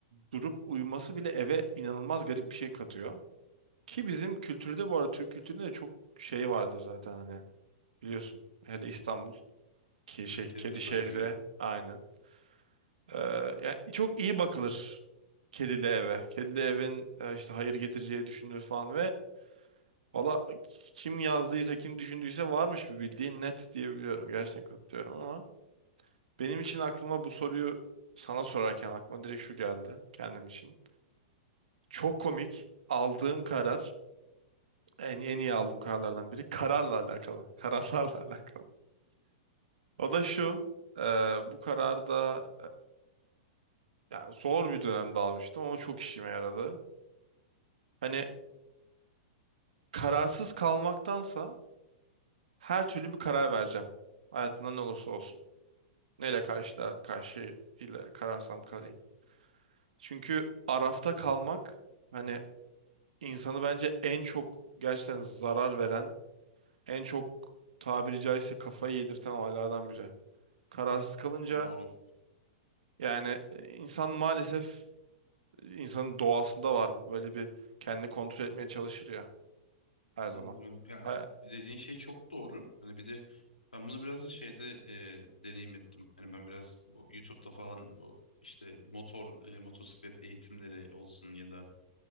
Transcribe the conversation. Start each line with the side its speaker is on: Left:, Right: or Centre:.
Right: durup uyuması bile eve inanılmaz garip bir şey katıyor. Ki bizim kültürde bu arada Türk kültüründe de çok şey vardır zaten hani biliyorsun. Hele İstanbul ki şey
Left: Evet,
Right: kedi
Left: Kedilerin
Right: şehri
Left: ayrı verin.
Right: aynen. Ee, yani çok iyi bakılır kedili eve. Kedili evin e, işte hayır getireceği düşünülür falan ve Valla kim yazdıysa kim düşündüyse varmış bir bildiğin net diyebiliyorum. Gerçekten katılıyorum ama benim için aklıma bu soruyu sana sorarken aklıma direkt şu geldi kendim için. Çok komik aldığım karar en, en iyi aldığım kararlardan biri kararla alakalı. <laughs> Kararlarla alakalı. O da şu e, bu kararı da e, yani zor bir dönemde almıştım ama çok işime yaradı. Hani kararsız kalmaktansa her türlü bir karar vereceğim. Hayatımda ne olursa olsun. Neyle karşıla, karşı ile kararsam kalayım. Çünkü Araf'ta kalmak hani insanı bence en çok gerçekten zarar veren, en çok tabiri caizse kafayı yedirten olaylardan biri. Kararsız kalınca
Left: <laughs> Doğru.
Right: yani e, insan maalesef e, insanın doğasında var bu. Böyle bir kendini kontrol etmeye çalışır ya her zaman.
Left: Anladım. Ya
Right: Ha-
Left: dediğin şey çok doğru. Hani bir de ben bunu biraz da şeyde e, deneyim ettim. Hani ben biraz bu YouTube'da falan bu işte motor e, motosiklet eğitimleri olsun ya da